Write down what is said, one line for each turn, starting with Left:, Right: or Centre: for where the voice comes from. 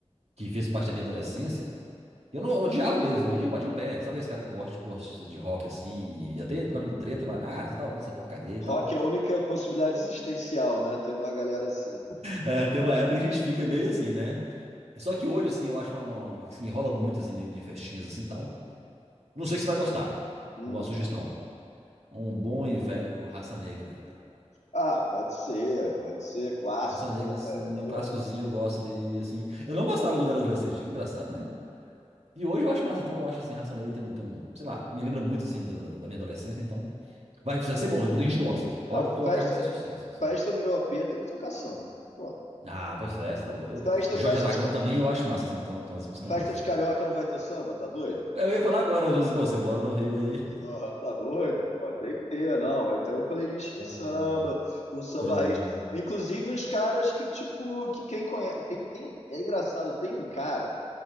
Right: Que fez parte da minha adolescência. E eu não eu odiava mesmo, eu ia, eu batia o pé. Sabe aqueles caras que gostam, gostam de rock assim, e até entrava em treta, vai, ah, você tá ouvindo essa porcaria aí e tal.
Left: Rock é a única possibilidade existencial, né? Tem uma galera assim.
Right: É, tem uma época que a gente fica meio assim, né? Só que hoje, assim, eu acho uma, uma, assim, rola muito assim, de festinhas assim e tal. Não sei se você vai gostar.
Left: Hum.
Right: Uma sugestão. Um bom e velho Raça Negra, cara.
Left: Ah, pode ser, pode ser clássico,
Right: Raça Negra,
Left: né,
Right: assim,
Left: velho?
Right: é
Left: Porra.
Right: um clássicozinho, eu gosto de, assim. Eu não gostava quando era adolescente, que engraçado, né? E hoje eu acho massa, então eu acho assim, Raça Negra tem um, tem um, sei lá, me lembra muito assim da, da minha adolescência, então Vai, vai ser bom, e muita gente gosta. Pode
Left: Não,
Right: colocar
Left: festa,
Right: que vai ser sucesso. assim.
Left: festa no meu AP tem que tocar samba, cara. Porra.
Right: Ah, pois é, você tá doido.
Left: Festa,
Right: Jorge
Left: festa
Right: Aragão
Left: de,
Right: também eu acho massa, assim, tem uma- tem umas músicas
Left: festa
Right: massas
Left: de
Right: também.
Left: carioca não vai ter samba, tá doido?
Right: Eu ia falar agora, às vezes, pô, você mora no Rio aí.
Left: Oh, tá doido, pô. Tem que ter, não. Vai ter uma playlist de
Right: Ah,
Left: samba, um samba
Right: sim,
Left: raiz. Inclusive uns caras que, tipo, que quem conhece. Tem, tem, é engraçado, tem um cara